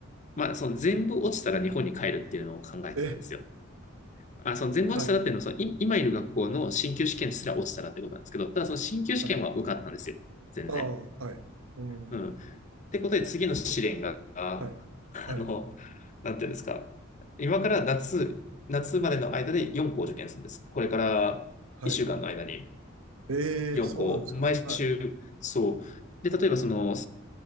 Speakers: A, on the left (about 35°); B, on the right (about 85°).
A: まあその全部落ちたら日本に帰るっていうのを考えてたんですよ。
B: え、
A: あ、その全部落ちたらっていうのは、
B: はい。
A: そのい今いる学校の進級試験すら落ちたらってことなんですけど、ただその進級試験は受かったんですよ。
B: はい。
A: 全然。
B: ああ、はい。うん。
A: うん。ってことで次の試練が、あ
B: はい。はい。
A: の、なんていうんですか。今から夏、夏までの間で4校受験するんです。これから1週間の間に
B: はい。えーそうなんですかはい。
A: 4校、毎週、そう。で、例えばその、